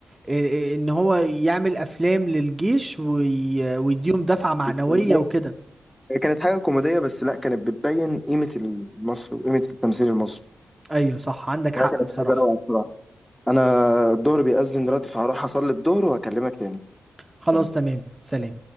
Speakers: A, on the right; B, in the centre.
A: ال- ان هو يعمل افلام للجيش وي... ويديهم دفعة معنوية
B: له
A: وكده
B: كانت حاجة كوميدية بس لا كانت بتبين قيمة مصر وقيمة التمثيل المصري
A: ايوه صح عندك حق
B: ده كانت
A: بصراحة
B: حاجة روعة بصراحة أنا الظهر بيأذن دلوقتي فهروح أصلي الظهر وهكلمك تاني
A: خلاص
B: سلام
A: تمام سلام